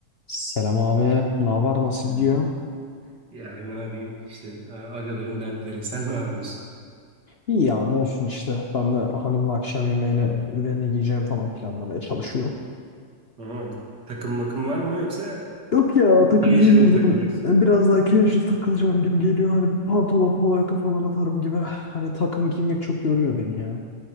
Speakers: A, on the left; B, on the right.
A: Selam abi. Ne haber? Nasıl
B: Ee,
A: gidiyor?
B: Ya ne yapayım işte a- agaların dertleri <laughs> sen ne yapıyorsun?
A: İyi ya ne olsun işte. Ben de hanımla akşam yemeğini ve ne giyeceğim falan planlamaya çalışıyorum.
B: Aha, takım makım var mı yoksa
A: Yok ya takım
B: Diyaji'de
A: giymeyeceğim.
B: mi takılıyorsun?
A: Biraz daha casual takılacağım gibi geliyor. Hani bir pantolon polo yaka falan atarım gibi. Hani takım giymek çok yoruyor beni ya.